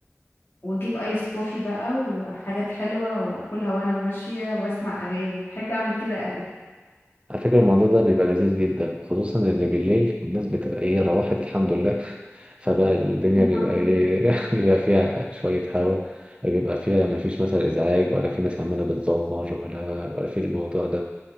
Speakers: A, on the left; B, on the right.
A: واجيب ايس كوفي بقى وحاجات حلوة واكلها وانا وماشية واسمع اغاني بحب اعمل كده قوي
B: على فكرة الموضوع ده بيبقى لذيذ جدا خصوصا إن بالليل الناس بتبقى إيه روحت الحمد لله <laughs> فبقى الدنيا
A: الحمد
B: بيبقى إيه
A: لله
B: <laughs> بيبقى فيها شوية هوا بيبقى فيها مفيش مثلا إزعاج ولا في ناس عمالة بتزمر ولا ولا في الموضوع ده